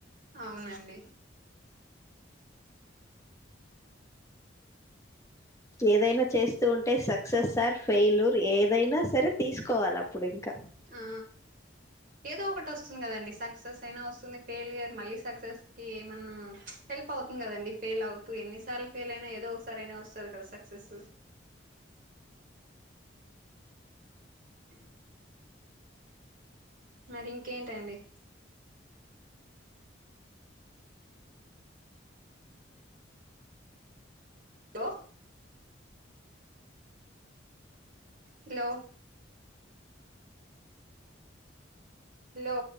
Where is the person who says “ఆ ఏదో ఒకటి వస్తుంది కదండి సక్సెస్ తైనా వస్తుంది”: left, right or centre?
Right